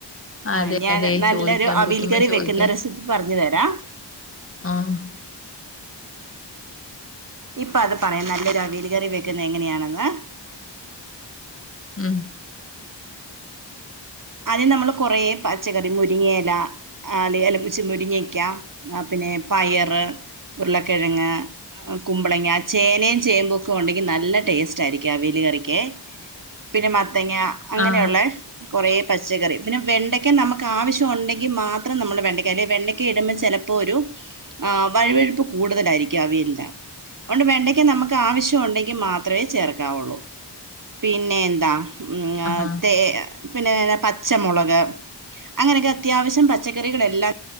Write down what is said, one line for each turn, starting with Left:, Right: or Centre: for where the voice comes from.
Left: അതെ
Right: ആഹ് ഞാൻ
Left: അതെ
Right: നല്ലൊരു
Left: ചോദിക്കാം
Right: അവിയൽ
Left: വിളിക്കുമ്പോ
Right: കറി
Left: ചോദിക്കാം
Right: വെക്കുന്ന റെസിപ്പി പറഞ്ഞു തരാം
Left: ആഹ്
Right: ഇപ്പ അത് പറയാം നല്ലൊരു അവിയല് കറി വെക്കുന്നത് എങ്ങനെയാണെന്ന്
Left: ഉം
Right: അദ്യം നമ്മള് കൊറ പച്ചക്കറി മുരിങ്ങയെല ആഹ് അല്ല അലമച്ചി മുരിങ്ങിക്ക പിന്നെ പയർ ഉരുളക്കിഴങ്ങ് കുമ്പളങ്ങ ചേനേം ചേമ്പൊക്കെ ഉണ്ടെങ്കി നല്ല ടേസ്റ്റ് ആയിരിക്കും അവിയല് കറിക്കെ പിന്നെ മത്തങ്ങ അങ്ങനെയുള്ളെ
Left: ആ
Right: കുറേ പച്ചക്കറി പിന്നെ വെണ്ടയ്ക്ക നമുക്ക് ആവശ്യം ഉണ്ടെങ്കിൽ മാത്രം നമ്മൾ വെണ്ടയ് അല്ലെ വെണ്ടയ്ക്ക ഇടുമ്പോൾ ചിലപ്പോ ഇപ്പോരു ആഹ് വഴുവെഴുപ്പ് കൂടുതലായിരിക്കും അവിയല്ന് അഓണ്ട് വെണ്ടക്ക നമുക്ക് ആവശ്യം ഉണ്ടെങ്കിൽ മാത്രമേ ചേർക്കാവുള്ളൂ പിന്നെ എന്താ ഉം ആഹ്
Left: ആഹാ
Right: പിന്ന പച്ചമുളക് അങ്ങനൊക്കെ അത്യാവശ്യം പച്ചക്കറികളെല്ലാം